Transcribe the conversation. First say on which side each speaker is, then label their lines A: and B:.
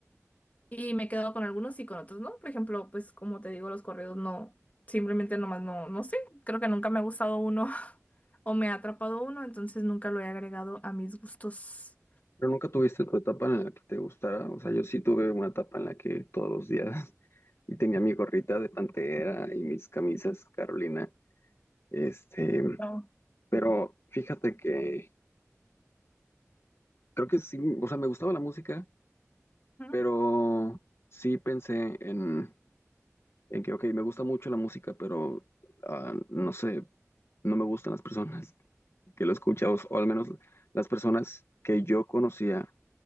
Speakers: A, on the left; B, on the left.
A: Y me he quedado con algunos y con otros, ¿no? Por ejemplo, pues como te digo, los corridos no, simplemente nomás no, no sé, creo que nunca me ha gustado uno <laughs> o me ha atrapado uno, entonces nunca lo he agregado a mis gustos.
B: Pero nunca tuviste tu etapa en la que te gustara. O sea, yo sí tuve una etapa en la que todos los días <laughs> y tenía mi gorrita de Pantera y mis camisas Carolina. Este,
A: No.
B: pero fíjate que creo que sí, o sea, me gustaba la música,
A: Ujú,
B: pero sí pensé en, en que, ok, me gusta mucho la música, pero ah, no sé, no me gustan las personas que lo escuchan, o o al menos las personas que yo conocía